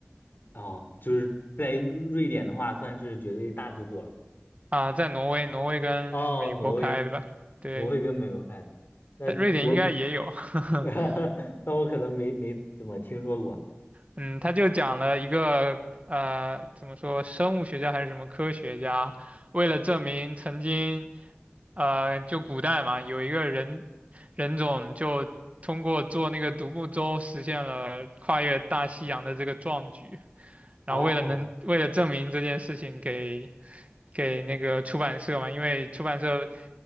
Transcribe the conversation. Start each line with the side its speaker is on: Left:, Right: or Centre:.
Left: 哦，就是在瑞典的话算是绝对大制作了。
Right: 嗯啊，在挪威，挪威跟美国拍的吧，
Left: 哦，挪威，
Right: 对，
Left: 挪威跟美国看的，那我，
Right: 但瑞典应该也有，<laughs>
Left: <laughs> 那我可能没没怎么听说过。
Right: 嗯，他就讲了一个呃，怎么说，生物学家还是什么科学家，为了证明曾经，呃，就古代嘛，有一个人人种就通过做那个独木舟实现了跨越大西洋的这个壮举，
Left: 哦
Right: 然后为了能为了证明这件事情给给那个出版社嘛，因为出版社